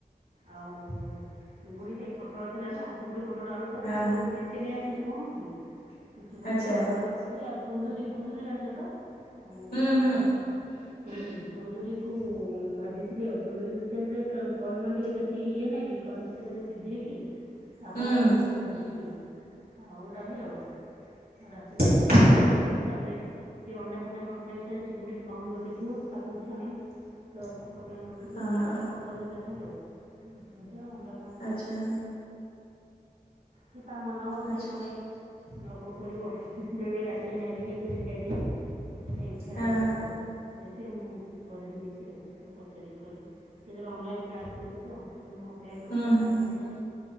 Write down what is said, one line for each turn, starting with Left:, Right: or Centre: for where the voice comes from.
Right: ଆଉ। ହଁ ଚିଙ୍ଗୁଡ଼ି ସେଇପୋଟଳ। ଥିଲା ନା ସେଭଳି। <unintelligible> ପୋଟଳ ଆଳୁ ପୁରା ସେ
Left: ହଁ
Right: ମେଞ୍ଚେ <unintelligible> ନେଇ ଆସିଥିଲେ। କଣଥିଲା <unintelligible> କି ଚିଙ୍ଗୁଡି
Left: ଆଚ୍ଛା।
Right: ପୋଟଳ ଆଳୁ କଷି ଦିଏ ଆଉ। କୁନ୍ଦୁୁରୀ କୁନ୍ଦୁରି ଜାଣିଛ ତ।
Left: ହୁଁ
Right: କଣ
Left: ହୁଁ
Right: କଣ ହୁ କୁନ୍ଦୁୁରି କୁ ଭାଜିଥିଲେଉ କୁନ୍ଦୁରକୁ ସେରେ <unintelligible> ଟିକେ ସିଝେଇକି ତାପରେ
Left: ହୁଁ।
Right: ଆଳୁ ଦେଇକି ଭାଜିଥିଲି। ଆଉ ଡାଲି ଆଉଉ ରାତିରେ ରୁଟି କରିବି ତାପରେ ସେ ଅଣ୍ଡା ଫଣ୍ଡା କଣ ଖାଇବେ ସେ ଚିଙ୍ଗୁଡ଼ି ଖାଉନି ଗୋଟେ ଝିଅ ତାକୁ ଇଚ୍ଛା ନାହିଁ ତ ତା ତାଙ୍କ ପାଇଁ ରୁଟି କି
Left: ହଁ
Right: ଅଣ୍ଡା ଫଣ୍ଡା କଣ କରିବି ତା ହ ଅଣ୍ଡା କଣ କରିବ
Left: ଆଚ୍ଛା
Right: ଖାଇବ। ସି ତା ମନ ହବ ନହେଲେ ସ୍
Left: ଆଚ୍ଛା
Right: ଏ ନଲେ ଆଉ କଣ କରିବ ବେଳେ ବେଳେ ରାତିରେ ମ୍ୟାଗି ଖାଇ କରି ଖାଇଦିଏ। ସେ ଇଚ୍ଛା
Left: ହଁ
Right: ହବ ଯାହା
Left: ହଁ।
Right: ହଉ ସେଥିପାଇଁ ମୁଁ କରିନି କିଛି ଆଉ। ସବୁ ପଚାରିକି କରିବି ସେଥିରେ ଅନଲାଇନ୍ କ୍ଲାସ୍ କରୁଛି ତେଣୁ ମ ସେପଚ
Left: ହୁଁ
Right: କ୍ଳାସରିଲ
Left: ହୁଁ